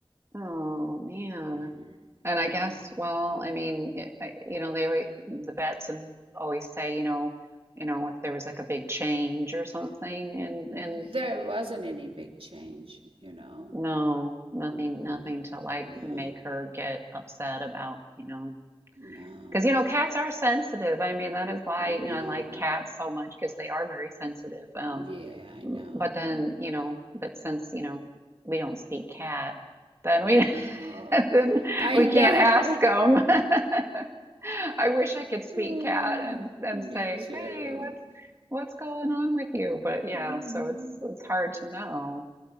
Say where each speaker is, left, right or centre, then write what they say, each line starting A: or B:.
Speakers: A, on the right; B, on the right.
A: oh man.
B: Mhm.
A: And I
B: Yeah.
A: guess, well, I mean, it, I, you know, they always, the vets and always say, you know, you know, if there was like a big change or something in
B: There
A: in
B: wasn't any big change, you know.
A: No, nothing,
B: Mm-mm.
A: nothing to like
B: No,
A: make her get upset about, you know,
B: no,
A: because you know, cats are sensitive. I mean, that is why,
B: I know.
A: you know, I like cats so much because they are very sensitive. Um,
B: Yeah, I know.
A: m- but then, you know, but since, you know, we don't speak cat, then
B: I
A: we
B: know.
A: <laughs> then
B: I
A: we
B: know.
A: can't ask them. <laughs> I wish I could speak
B: Uh,
A: cat and and
B: me
A: say,
B: too.
A: "Hey, what's what's going on with you?" But yeah,
B: Mhm.
A: so it's it's hard to know.